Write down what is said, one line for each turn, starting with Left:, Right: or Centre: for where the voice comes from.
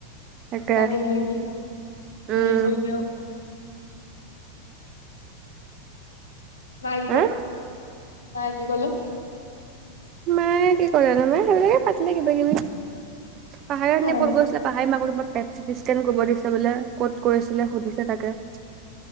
Right: তাকে
Left: লাগিল লাগি
Right: উম
Left: হেৰি হ'ল গে আৰু মায়ে
Right: হা
Left: কি ক'লে
Right: মায়ে কি ক'লে জানো সেইবিলাকে পাতিলে কিবা কিবি পাহাৰৰ এনে
Left: অ',
Right: ফোন কৰিছিলে পাহাৰীৰ মাকৰ পেত চিটিস্কেন কৰিব দিছেলে বোলে ক'ত কৰিছিলে সুধিছে তাকে